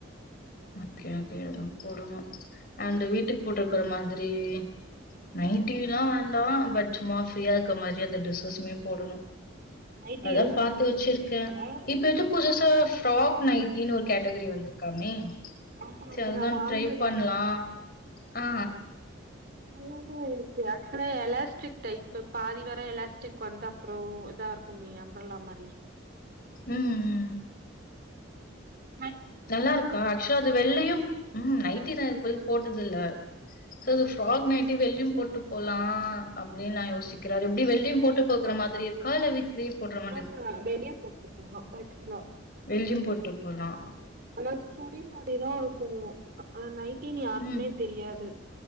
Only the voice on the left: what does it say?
ஓகே ஓகே அது போடணு அந்த வீட்டுக் போட்டுர்க்குற மாத்ரி நைட்டிலா வேண்டா பட் சும்மா ஃப்ரீயா இர்க்க மாத்ரி அந்த டிரெஸ்ஸஸ்மே போடணு
அதா
பாத்து
வச்சிருக்க
இப்ப எது புதுசா ஃப்ராக் நைட்டினு ஒரு கேட்டகிரி வந்துருக்காமே
சி
அதுதா
ட்ரை பண்லா ஆ
ம் ம்.
நல்லா இருக்கா ஆக்சுவலா அது வெள்ளயு ம் நைட்டிதா அதுக்கு பதில் போட்டது இல்ல <unintelligible>
ஃப்ராக்
நைட்டி வெள்ளயு போட்டு போகலா அப்டின்னு நா யோசிக்கி அது எப்டி வெள்ளயு போட்டு போகுற மாதிரி இருக்கா இல்ல வீட் லிவு போட்ர மா
வெளியு போட்டு போலா
ம்,